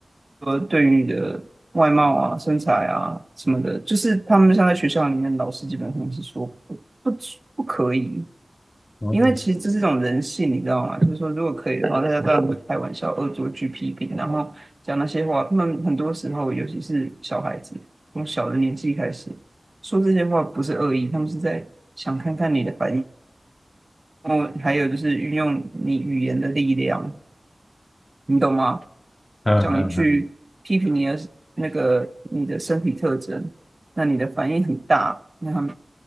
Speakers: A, on the right; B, on the left.
A: 说对于你的外貌啊、身材啊什么的，就是他们像在学校里面，老师基本上是说不不不可以，
B: 哦，
A: 因为其实这是一种人性，你知道吗？就是说，如果可以的话，大家当然会开玩笑、恶作剧、批评，然后讲那些话。他们很多时候，尤其是小孩子，从小的年纪开始说这些话，不是恶意，他们是在想看看你的反应。然后还有就是运用你语言的力量，你懂吗？
B: 嗯嗯嗯，
A: 讲一句批评你的那个你的身体特征，那你的反应很大，那他们